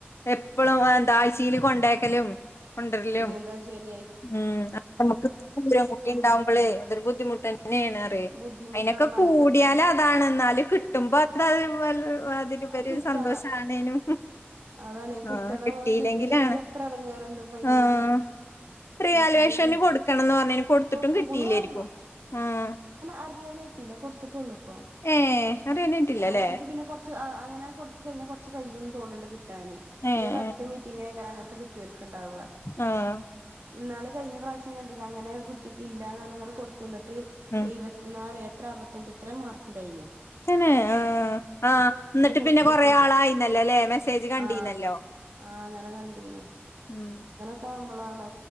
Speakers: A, on the left; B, on the right.
A: എപ്പളും അഹന്താ അയ്സീൽ കൊണ്ടേക്കലും കൊണ്ടരലും
B: പിന്നെ എന്താ ശനി
A: ഉം <unintelligible> ഉണ്ടാവുമ്പോളേ
B: കൊടു
A: അതൊരു ബുദ്ധിമുട്ട് തന്നെണ്. പ്പെ
B: ബുദ്ധിമുട്ടാണ്
A: അയിനെക്കെ
B: മനക്കെട്ട്
A: കൂടിയാല അതാണെന്നാലും കിട്ടുമ്പോ <unintelligible> മാതിരി ഇബര്
B: കിട്ടണം
A: സന്തോഷാണേനു.
B: അതാണ് കിട്ടണം
A: ആഹ് കിട്ടില്ലെങ്കിലാണ്
B: കിട്ടിയില്ലെങ്കി ഇപ്പ എത്ര എടങ്ങേറുണ്ട് ഇപ്പ അയിന്
A: ആഹ് റിയാലുവേഷന്
B: അത് അത്രയും ക
A: കൊടുക്കണംന്ന് പർഞ്ഞിന് കൊടുത്തിട്ടും
B: കൊടുത്തുക്കുണു
A: കിട്ടിയില്ലായിരിക്കും
B: പറഞ്ഞു
A: ആഹ്.
B: അറിയാനായിട്ടില്ല കൊടുത്ത്ട്ടുള്ളൂ പ്പം
A: ഏഹ് അറിയാനായിട്ടില്ലല്ലേ
B: ആഹ് ഓൻ്റെ പിന്നെ കൊ ച്ച് ആഹ് അങ്ങനെ കൊടുത്ത് കഴിഞ്ഞ കൊർച്ച് കയ്യും തോന്ന്ണ്ട് കിട്ടാൻ.
A: ഏഹ്
B: ഇനി അത് അട്ത്ത മീറ്റിങ്ങിനേക്കാരം അങ്ങൻത്ത ക് ട്ടിയോൽ ക്ക്ണ്ടാവ
A: ആഹ്
B: ഇന്നാള് കഴിഞ്ഞ പ്രാവശ്യം കണ്ടില്ല അങ്ങനെ കുട്ടിക്ക് ഇല്ലാന്നർഞ്ഞ്ങ്ങാണ്ട് കൊടുത്തുന്നിട്ട്
A: ഉം
B: ഇവ പത്തി നാല് എത്ര അറുപത്തഞ്ച് എത്ര മാർക്ക് ണ്ടായിനോ.
A: തന്നെ ആഹ് ആഹ് എന്നിട്ട്
B: കൊടുത്തിട്ട്
A: പിന്നെ കൊറെ ആളായിന്നല്ലോ ല്ലെ മെസ്സേജ് കണ്ടീന്നല്ലോ.
B: ആഹ് ആഹ് അങ്ങനെ കണ്ടീനു.
A: ഉം
B: ത്താവുമ്പളാണ്